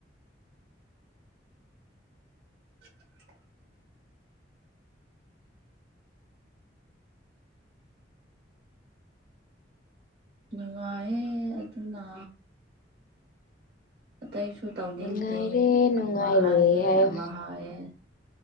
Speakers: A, on the right (about 55°); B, on the left (about 50°).
A: <inaudible> ꯅꯨꯡꯉꯥꯏꯌꯦ ꯑꯗꯨꯅ ꯑꯇꯩꯁꯨ ꯇꯧꯅꯤꯡꯗꯦ
B: ꯅꯨꯡꯉꯥꯏꯔꯦ ꯅꯨꯡꯉꯥꯏꯔꯦ
A: ꯑꯃ ꯍꯥꯏꯌꯦ
B: ꯍꯥꯏꯌꯣ
A: ꯑꯃ ꯍꯥꯏꯌꯦ